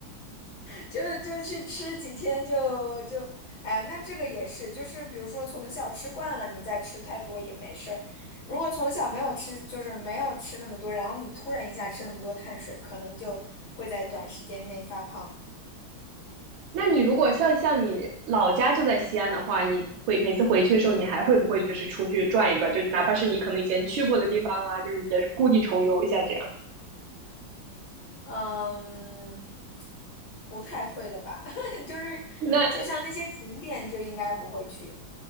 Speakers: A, on the left; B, on the right.
A: 就就去吃几天就就，哎，那这个也是，就是比如说从小吃惯了，你再吃太多也没事儿。如果从小没有吃，就是没有吃那么多，然后你突然一下吃那么多碳水，可能就会在短时间内发胖。
B: 那你如果像像你老家就在西安的话，你会每次回去的时候，你还会不会就是出去转一转？就哪怕是你可能以前去过的地方啊，就是也故地重游一下这样。
A: 嗯，不太会了吧？<laughs> 就是就像那些景点就应该不会去。
B: 那